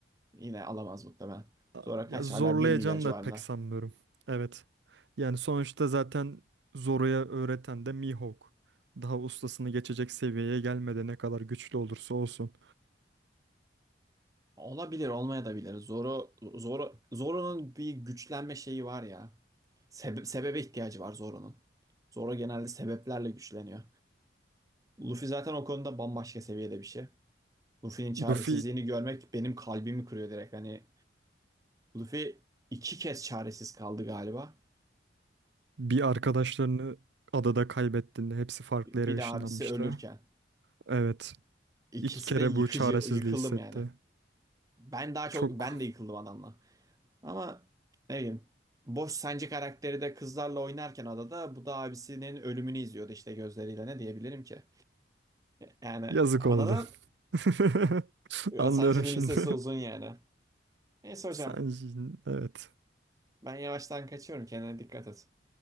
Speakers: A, on the right; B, on the right.
A: yine alamaz muhtemelen.
B: A-
A: Zoro
B: Ya
A: kaç
B: zorlayacağını
A: hala bir milyar civarında.
B: da pek sanmıyorum. Evet. Yani sonuçta zaten Zoro'ya öğreten de Mihawk. Daha ustasını geçecek seviyeye gelmedi ne kadar güçlü olursa olsun.
A: Olabilir, olmaya da bilir. Zoro Zoro Zoro'nun bir güçlenme şeyi var ya. Sebe- sebebe ihtiyacı var Zoro'nun. Zoro genelde sebeplerle güçleniyor. Luffy zaten o konuda bambaşka seviyede bir şey. Luffy'nin çaresizliğini
B: Luffy
A: görmek benim kalbimi kırıyor direkt. Hani Luffy iki kez çaresiz kaldı galiba.
B: bir arkadaşlarını adada kaybettiğinde hepsi farklı
A: Bir
B: yere
A: de
B: ışınlanmıştı.
A: abisi ölürken.
B: Evet.
A: İkisi
B: İki kere
A: de yıkıcı,
B: bu çaresizliği
A: yıkıldım
B: hissetti.
A: yani. Ben daha çok,
B: Çok
A: ben de yıkıldım adamla. Ama ne bileyim. Boş Sence karakteri de kızlarla oynarken adada bu da abisinin ölümünü izliyordu işte gözleriyle ne diyebilirim ki? Yani
B: yazık
A: anladın?
B: oldu. <laughs> Anlıyorum
A: Sancı'nın
B: şimdi.
A: lisesi uzun yani. Neyse hocam
B: <laughs> Sen, evet.
A: ben yavaştan kaçıyorum kendine dikkat et.